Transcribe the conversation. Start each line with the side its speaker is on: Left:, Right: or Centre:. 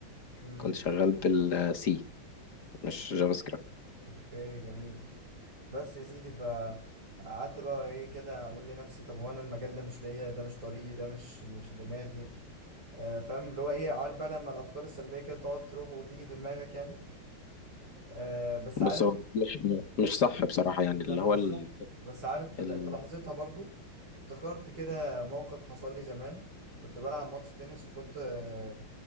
Right: مم.
Left: كنت شغال بالسي مش جافا سكريبت
Right: اوكي جميل بس يا سيدي فقعدت بقى ايه كده اقول لنفسي طب هو انا المجال ده مش ليا ده مش طريقي ده مش مش دماغي آه فاهم اللي هو ايه عارف بقى لما الافكار السلبيه كده تقعد تروح وتيجي في دماغك يعني آه بس عارف
Left: بص هو مش مش صح بصراحة يعني
Right: ما
Left: اللي
Right: انا
Left: هو
Right: بالظبط
Left: ال...
Right: بس عارف في
Left: ال...
Right: ل- في لحظتها برضو افتكرت كده موقف حصل لي زمان كنت بلعب ماتش تنس وكنت آه